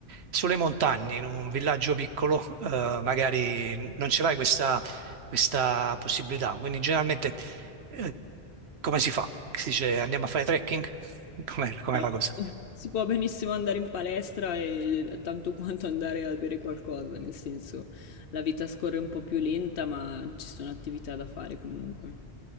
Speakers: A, on the right (about 75°); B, on the left (about 60°).
A: sulle montagne, in un villaggio piccolo, eh, magari non ce l'hai questa questa possibilità. Quindi generalmente eh, come si fa? Si dice andiamo a fare trekking? <laughs> Com'è, com'è
B: no,
A: la cosa?
B: <laughs> Si può benissimo andare in palestra e tanto quanto andare a bere qualcosa, nel senso la vita scorre un po' più lenta, ma ci sono attività da fare comunque.